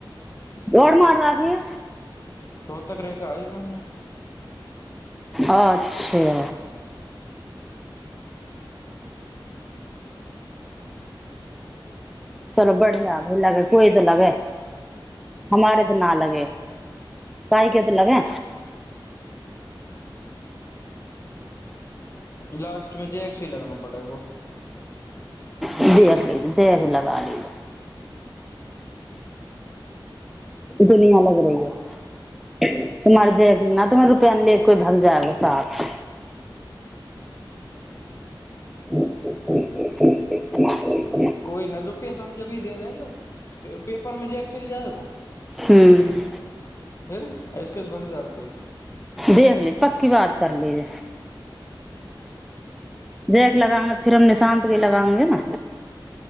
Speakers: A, in the centre; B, on the left.
A: दोडमाराारी
B: ओ त कर रे क आबै कहि न
A: अच्छा चलो बढ़िया भै लगे कोई तऽ लगे हमारे तऽ न लगे कइ के तऽ लगे
B: लास्टमे जे एक सए लगना बेगो
A: जी जयझूली दुनिया लग रहहि ह तुमरे जैकमे न तुम्ह रुपआ ले कोई भग जाएगो साफ ह
B: कोइ न रोपिया त जबी देना है जो पेपरमे जे चल जाएगा
A: हम्म
B: फेर एहिऐसके भि जा कोइ
A: देखख ली पकी बात कर ले जे देख लगांगे फिर हम निशान्त के लगांगे न